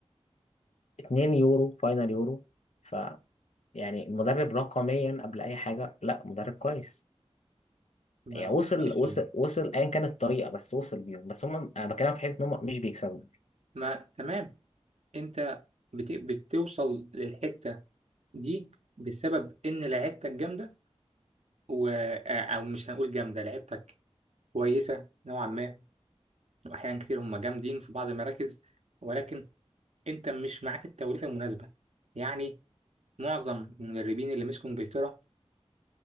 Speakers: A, on the left; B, on the right.
A: 2 يورو فاينال يورو ف يعني المدرب رقميا قبل اي حاجة لا مدرب كويس
B: ما
A: يعني
B: هو
A: وصل
B: ماشي
A: وصل وصل ايا كانت الطريقة بس وصل بيهم بس هم انا بكلمك في حته ان هم مش بيكسبوا
B: ما تمام انت بت... بتوصل للحتة دي بسبب ان لعيبتك جامدة و... آه، او مش هنقول جامدة لعيبتك كويسة نوعا ما واحيانا كتير هم جامدين في بعض المراكز ولكن انت مش معاك التوليفة المناسبة يعني معظم المدربين اللي مسكوا انجلترا